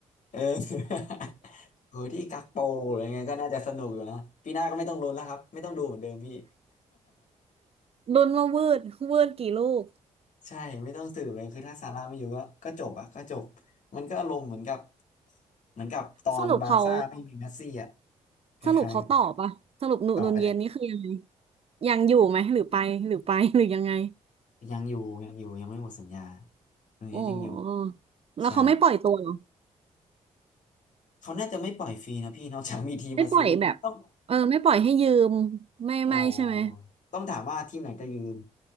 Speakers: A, on the left (about 65°); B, on the right (about 45°).
A: เออ <laughs> โหที่กักโปอะไรเงี้ยก็น่าจะสนุกอยู่นะปีหน้าก็ไม่ต้องลุ้นแล้วครับไม่ต้องดูเหมือนเดิมพี่
B: ลุ้นว่าวืดวืดกี่ลูก
A: <laughs> ใช่ไม่ต้องสืบเลยคือถ้าซาร่าไม่อยู่ก็ก็จบอะก็จบมันก็อารมณ์เหมือนกับเหมือนกับตอนบาร์ซ่าไม่มีเมสซี่อะ
B: สรุปเขา
A: คล้าย
B: สรุปเขาตอบปะสรุปนุนเย็นนี่คือยังไง
A: ๆต่อไปแหละ
B: ยังอยู่ไหมหรือไปหรือไปหรือยังไง
A: ยังอยู่ยังอยู่ยังไม่หมดสัญญา
B: <laughs>
A: ตรงนี้ยังอยู่
B: โอ้ <laughs> แล้วเขาไม่ปล่อยตัวเหรอ
A: ใช่เขาน่าจะไม่ปล่อยฟรีนะพี่ <laughs> นอกจากมีทีมมาซื้อต้อง
B: ไม่ปล่อยแบบเออไม่ปล่อยให้ยืมไม่ไม่ใช่ไหม
A: อ๋อต้องถามว่าทีมไหนจะยืม